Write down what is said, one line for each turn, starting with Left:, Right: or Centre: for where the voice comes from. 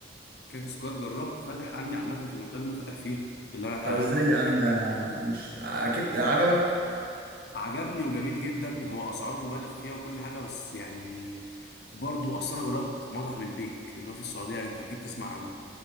Left: كاك سكواد جربته فتح عندي عامه في المنطقه اللي انا فاتح فيها في اللي انا
Right: طب ازاي
Left: آه،
Right: يا عم
Left: قاعد فيها
Right: مش اكيد عجبك
Left: عجبني وجميل جدا هو اسعاره مبالغ فيها وكل حاجه بس يعني برضو اصل انا جربت مطعم البيك اللي هو في السعوديه انت اكيد تسمع عنه